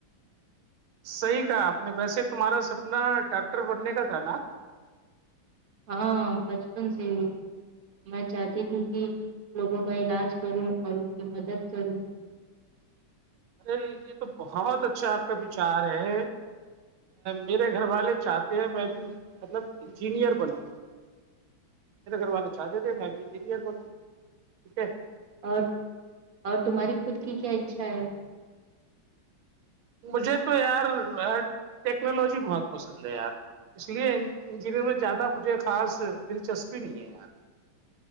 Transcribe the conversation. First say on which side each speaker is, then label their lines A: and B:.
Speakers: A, on the right; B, on the right.
A: صحیح کہا آپ نے ویسے تمہارا سپنا ڈاکٹر بننے کا تھا نا
B: ہاں بچپن سے ہی میں چاہتی تھی کہ لوگوں کا علاج کروں اور ان کی مدد کروں
A: ارے یہ تو بہت اچھا آپ کا وچار ہے میرے گھر والے چاہتے ہیں میں بھی مطلب انجینیر بنے میرے گھر والے چاہتے تھے میں بھی انجینیر بنو ٹھیک ہے
B: اور اور تمہاری خود کی کیا اچھا ہے
A: مجھے تو یار یار ٹیکنالوجی بہت پسند ہے یار اس لیے انجینیر میں زیادہ مجھے خاص دلچسپی نہیں ہے یار